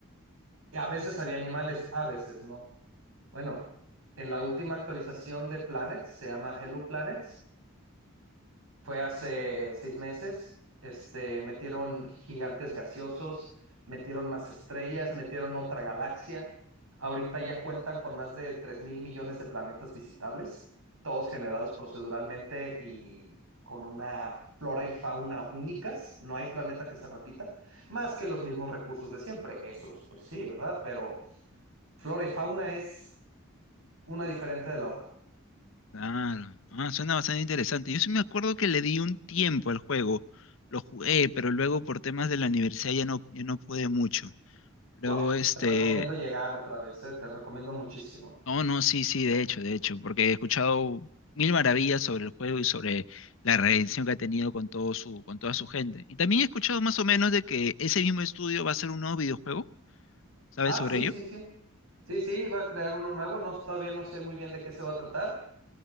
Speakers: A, on the right; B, on the left.
A: Y a veces había animales, a veces no. Bueno, en la última actualización de Planets, se llama Hello Planet, fue hace eh, seis meses. Este, metieron gigantes gaseosos, metieron más estrellas, metieron otra galaxia. Ahorita ya cuentan con más de 3 mil millones de planetas visitables, todos generados proceduralmente y con una flora y fauna únicas. No hay planeta que se repita, más que los mismos recursos de siempre. Esos, pues sí, ¿verdad? Pero flora y fauna es una diferente de la otra.
B: Claro, ah, suena bastante interesante. Yo sí me acuerdo que le di un tiempo al juego, lo jugué, pero luego por temas de la universidad ya no, ya no pude mucho. Luego,
A: ¡Guau!
B: este,
A: Te recomiendo llegar otra vez, ¿eh? Te recomiendo muchísimo.
B: No, no, sí, sí, de hecho, de hecho, porque he escuchado mil maravillas sobre el juego y sobre la redención que ha tenido con todo su, con toda su gente. Y también he escuchado más o menos de que ese mismo estudio va a hacer un nuevo videojuego. ¿Sabes
A: Ah,
B: sobre
A: sí,
B: ello?
A: sí, sí. Sí, sí, va a crear uno nuevo. No, todavía no sé muy bien de qué se va a tratar,